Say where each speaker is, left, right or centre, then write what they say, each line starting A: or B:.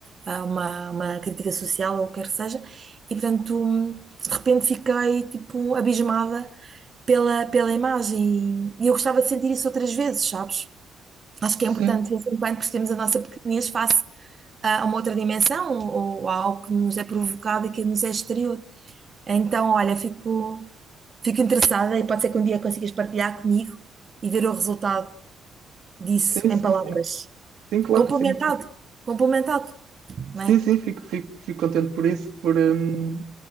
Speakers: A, on the right; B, on the right.
A: ah, uma, uma crítica social ou o que quer que seja, e portanto hum, de repente fiquei tipo abismada pela, pela imagem e, e eu gostava de sentir isso outras vezes, sabes? Acho que
B: Sim,
A: é importante de vez em quando percebermos a nossa pequenez face a a uma outra dimensão ou, ou a algo que nos é provocado e que nos é exterior. Então, olha, fico, fico interessada e pode ser que um dia consigas partilhar comigo e ver o resultado disso
B: sim,
A: em
B: sim,
A: palavras.
B: sim. Sim, claro
A: Complementado,
B: que sim.
A: complementado,
B: Sim,
A: não é?
B: sim, fico, fico, fico contente por isso, por, hum,